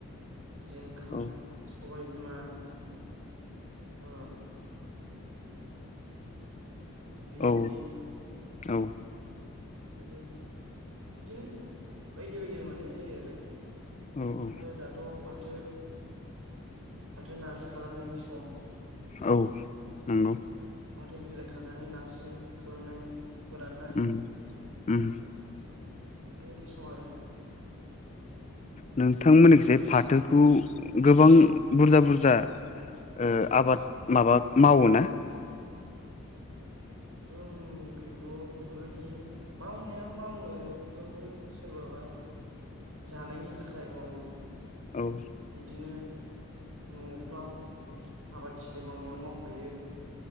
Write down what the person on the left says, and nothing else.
औ
औ औ।
औ औ
औ नंगौ।
उम उम।
नोंथांमोननिखैजाय फाथोखौ गोबां बुरजा बुरजा ओ आबाद माबा मावो ना?
औ